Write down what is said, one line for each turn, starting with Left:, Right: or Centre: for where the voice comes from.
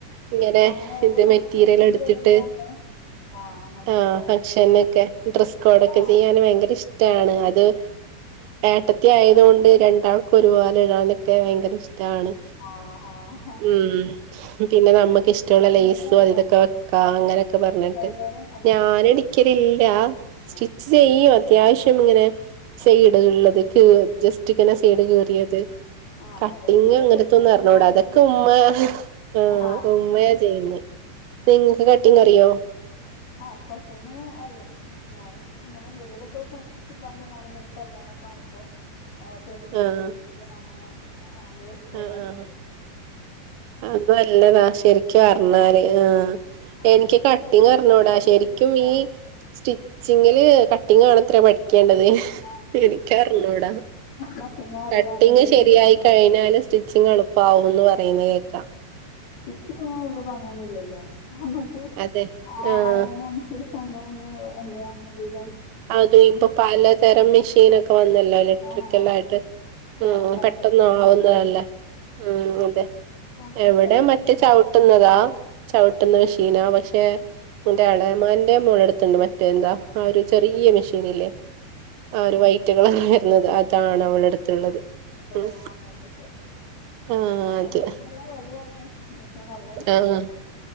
Right: ഇങ്ങനെ
Left: അങ്ങനെ ഓരോ
Right: ഇത്
Left: ഫംഗ്ഷൻസൊക്കെ
Right: മെറ്റീരിയൽ എടുത്തിട്ട്
Left: വരുമ്പോ നമ്മള് ആ അങ്ങനത്തൊക്കെ
Right: ആഹ് ഫങ്ങ്ഷനൊക്കെ ഡ്രസ്സ് കോഡൊക്കെ
Left: ആ
Right: ചെയ്യാൻ ഭയങ്കര ഇഷ്ടാണ്
Left: ഒക്കെ
Right: അത് ഏട്ടത്തി ആയത്
Left: ആ
Right: കൊണ്ട് രണ്ടാൾക്കും ഒരുപോലെ ഇടാനൊക്കെ ഭയങ്കര ഇഷ്ട്ടാണ്
Left: ആഹ് ആഹ്
Right: ഉം പിന്നെ നമ്മക്ക് ഇഷ്ട്ടൊള്ള
Left: നിങ്ങൾക്കറിയോ
Right: ലേയ്സും അതി ഇതൊക്കെ വെക്കാ അങ്ങനൊക്കെ പറഞ്ഞിട്ട്
Left: ടൈലറിങ് അല്ല
Right: ഞാനടിക്കലില്ല സ്റ്റിച്ച്
Left: ആ
Right: ചെയ്യും അത്യാവശ്യം ഇങ്ങനെ സൈഡ്കളിലെദ് കി ജസ്റ്റ് ഇങ്ങനെ സൈഡ് കീറിയത്
Left: ആ ആ
Right: കട്ടിങ്ങ്
Left: അതൊക്കെ തന്നെ
Right: ങ്ങൻത്തെ
Left: പഠിച്ചാൽ
Right: ഒന്നും
Left: തന്നെ
Right: അറിഞ്ഞുകൂടാ
Left: നമുക്ക്
Right: അതെക് ക്കെ ഉമ്മയാ ആഹ്
Left: ആ
Right: ഉമ്മയാ ചെയ്യുന്നെ നിങ്ങക്ക് കട്ടിങ്ങ് അറിയോ
Left: ആഹ് കട്ടിങ്ങ് അറിയും ഞാൻ ഇങ്ങനെന്തെങ്കിലു ഒക്കെ ഫങ്ഷൻസ് ഉണ്ടാകുമ്പോ ഞാനെന്താണ് കല്ല്യാണൊക്കെ ആകുമ്പോ ആഹ് തുണി മുറിച്ചെടുത്ത്
Right: ആഹ്
Left: അങ്ങനെ അത് ഡ്രസ്സ്‌ കോഡ്ആകും
Right: ആഹ് അത് നല്ലതാ
Left: അടിച്ച്
Right: ശരിക്കു അർഞ്ഞാല്
Left: ആ
Right: ആഹ്
Left: ആ
Right: എനിക്ക്
Left: മൊത്തത്തിൽ
Right: കട്ട് ട്ടിങ്ങ്
Left: പിന്നെ
Right: അറിഞ്ഞൂടാ
Left: ആ
Right: ശരിക്കും
Left: ചെറിയത്
Right: ഈ
Left: ആ
Right: സ്റ്റിച്ചിങ്ങില് കട്ടിംങ്ങ് ആണത്രെ പഠിക്കേണ്ടത്
Left: ആ
Right: എനിക്കറിഞ്ഞൂടാ
Left: പശുവിനെ അറിയാൻ
Right: കട്ടിങ്ങ്
Left: വലിയ
Right: ശരിയായി
Left: സുഖല്ലേ.
Right: കഴിഞ്ഞാല് സ്റ്റിച്ചിങ്ങ് എളുപ്പാകൂന്ന് പറയുന്ന് കേക്കാ
Left: സ്റ്റിച്ച് ചെയ്യാൻ വല്ല്യ പണിയൊന്നും ഇല്ലല്ലോ ക്ക്‌
Right: അതെ
Left: ആ
Right: ആഹ്
Left: അളവിനനുസരിച്ച് അങ്ങനെ ഒന്ന് <unintelligible>
Right: അതെ ഇപ്പൊ പലതരം മെഷീനൊക്കെ വന്നല്ലോ ഇലക്ട്രിക്കലായിട്ട്
Left: ആഹ്
Right: ഉം
Left: ആഹ് പതിഞ്ഞതുണ്ട്.
Right: പെട്ടന്ന് ആവുന്നതല്ലേ ഉം തെ
Left: അങ്ങനെ
Right: എവിടെ
Left: ഇതാക്കാൻ
Right: മറ്റേ ചവിട്ടുന്നതാ ചവിട്ടുന്ന മെഷീനാ പക്ഷേ എന്റെ
Left: ആഹ്
Right: എളേമാൻ <unintelligible> മോളെടുത്തുണ്ട് മറ്റേ എന്താ ആ ഒരു ചെറിയ മെഷീനില്ലേ ആഹ് ഒരു വയ്റ്റ് കളറ് വരുന്നത് അതാണ് അവളടുത്തുള്ളത് ഉം
Left: അങ്ങനത്തൊക്കെ
Right: ആ
Left: അതിന്
Right: അത്
Left: നല്ല വെലയാണ് <unintelligible>
Right: ആഹ്